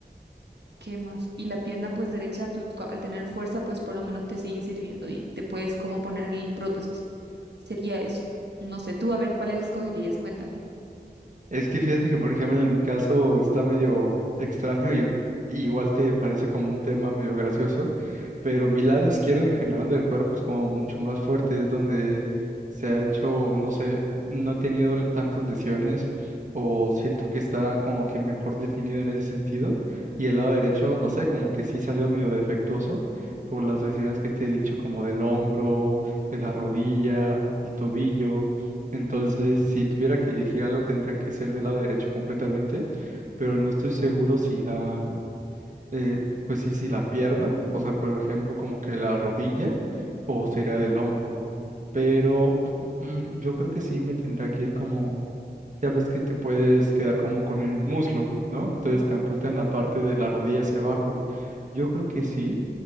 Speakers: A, on the right; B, on the right.
A: ¿Qué más? Y la pierna pues derecha, tú co- al tener fuerza, pues por lo menos te sigue sirviendo y te puedes como poner el prótesis. Sería eso. No sé, tú a ver cuál escogerías, cuéntame. <laughs>
B: Es que fíjate que, por ejemplo, en mi caso está medio extraño y igual te parece como un tema medio gracioso, pero mi lado izquierdo en general del cuerpo es como mucho más fuerte, es donde se ha hecho, no sé, no he tenido l- tantas lesiones o siento que está como que mejor definido en ese sentido y el lado derecho, no sé, como que sí salió medio defectuoso por las lesiones que te he dicho como del hombro, de la rodilla, el tobillo. Entonces, si tuviera que elegir algo, tendría que ser del lado derecho completamente, pero no estoy seguro si la, eh, pues sí, si la pierna, o sea, por ejemplo, como que la rodilla o sería del hombro, pero mm, mm, mm, yo creo que sí me tendría que ir como, ya ves que te puedes quedar como con el muslo, ¿no? Entonces te amputan la parte de la rodilla hacia abajo. Yo creo que sí,